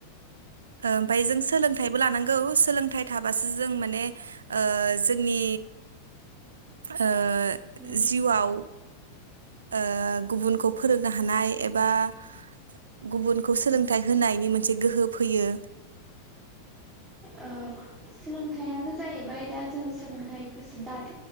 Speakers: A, on the right; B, on the right.
A: ओमफ्राय जों सोलोंथाइबो लानांगौ नंगौ सोलोंथाइ थाबासो ओ जों माने जोंनि ओ
B: औ
A: जिउआव ओ गुबुनखौ फोरोंनो हानाय एबा बा गुबुनखौ सोलोंथाइ होनायनि मोनसे गोहो फैयो
B: ओ सोलोंथाइयानो जाहैबाय दा जोंङो सोलोंथाइ दाथ